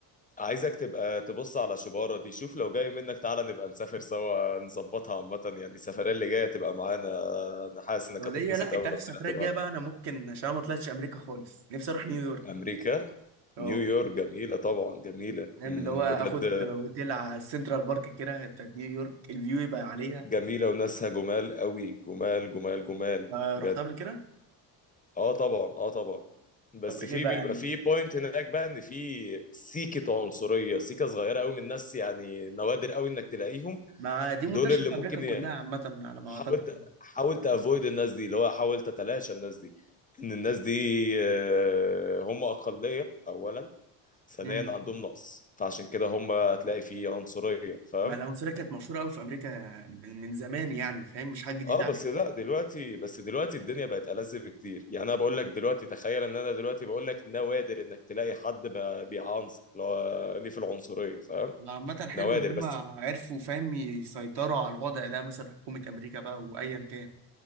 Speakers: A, on the left (about 20°); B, on the right (about 60°).
A: عايزك تبقى تبص على شبارة دي شوف لو جاي منك تعالى نبقى نسافر سوا نظبطها عامة يعني السفرية اللي جاية تبقى معانا أنا حاسس إنك
B: السعوديه
A: هتتبسط
B: لا
A: أوي
B: انت عارف
A: لو
B: السفريه
A: طلعت
B: الجايه
A: معانا
B: بقى انا ممكن عشان أنا ما طلعتش امريكا خالص نفسي اروح نيويورك
A: أمريكا
B: اه
A: نيويورك جميلة طبعا جميلة
B: فاهم
A: مم،
B: اللي هو اخد
A: بجد
B: اوتيل على السنترال بارك كده بتاعت نيويورك الفيو يبقى عليها
A: جميلة وناسها جمال أوي جمال جمال جمال
B: آه،
A: بجد
B: رحت قبل كده
A: اه طبعا اه طبعا بس
B: طب ايه
A: في
B: بقى
A: بيبقى
B: يعني
A: في بوينت هناك بقى ان في سيكة عنصرية سيكة صغيرة قوي من الناس يعني نوادر قوي انك تلاقيهم
B: ما دي منتشره
A: دول اللي
B: في امريكا
A: ممكن
B: كلها عامه على ما
A: حاولت
B: اعتقد يعني
A: حاولت افويد الناس دي اللي هو حاولت اتلاشى الناس دي ان الناس دي آه، هم اقليه اولا ثانيا
B: امم
A: عندهم نقص فعشان كده هم هتلاقي في عنصريه فاهم
B: ما العنصريه كانت مشهوره قوي في امريكا من من زمان يعني فاهم مش حاجه جديده
A: اه بس
B: عليهم
A: لا دلوقتي بس دلوقتي الدنيا بقت ألذ بكتير يعني انا بقول لك دلوقتي تخيل ان انا دلوقتي بقول لك نوادر انك تلاقي حد ب- بيعنصر اللي هو ليه في العنصريه فاهم
B: عامة حلو
A: نوادر
B: إن هما
A: بس
B: عرفوا فاهم يسيطروا على الوضع ده مثلا حكومة أمريكا بقى وأيا كان